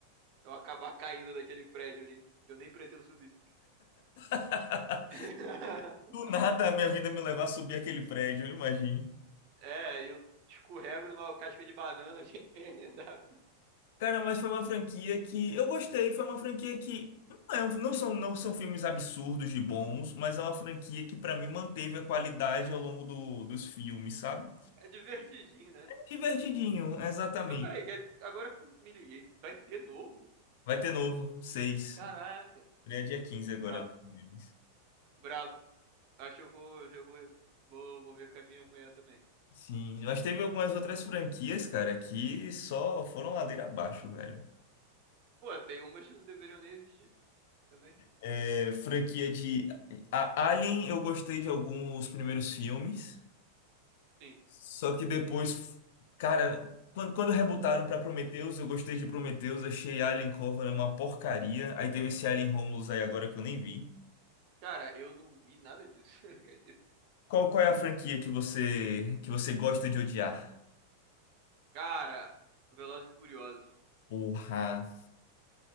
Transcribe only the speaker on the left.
<laughs>
do nada a minha vida me levar a subir aquele prédio, eu imagine.
Cara, mas foi uma franquia que eu gostei, foi uma franquia que não, é um- não são, não são filmes absurdos de bons, mas é uma franquia que pra mim manteve a qualidade ao longo do- dos filmes, sabe?
Divertidinho, exatamente.
Vai ter novo, seis.
Ele é dia 15 agora.
nos cinemas.
Sim, mas teve algumas outras franquias, cara, que só foram ladeira abaixo, velho.
É, franquia de a Alien, eu gostei de alguns primeiros filmes,
só que depois, cara, quando, quando rebutaram pra Prometheus, eu gostei de Prometheus, achei Alien Covenant uma porcaria. Aí teve esse Alien Romulus aí agora que eu nem vi.
Qual, qual é a franquia que você que você gosta de odiar?
Porra.